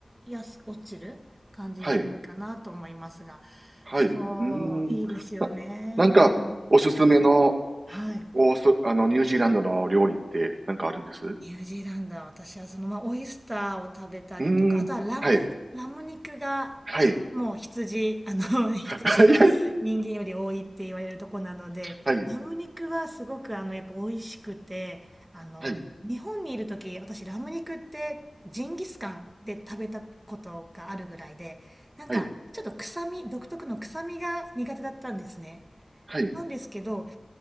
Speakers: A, on the right; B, on the right.
A: 安く落ちる感じじゃないかなと思いますが、
B: はい。はい。
A: そう、
B: うーん。
A: いいですよね。
B: な、なんか、
A: うん
B: おすすめの、
A: はい。
B: おそ、あの、ニュージーランドの料理って、なんかあるんですう
A: ニュージーランドは私はそのまあオイスターを食べたりとか、
B: ーん。
A: あとはラム、
B: はい。
A: ラム肉がもう羊、
B: はい。
A: あの <laughs> 羊が人間より多いって言われるとこなので、
B: はい。はい。
A: ラム肉はすごくあのやっぱ美味しくて、あの日本にいる時私ラム肉ってジンギスカンで食べたことがあるぐらいで、
B: はい。
A: なんかちょっと臭み、
B: はい。
A: 独特の臭みが苦手だったんですね。
B: はい。
A: なんですけど、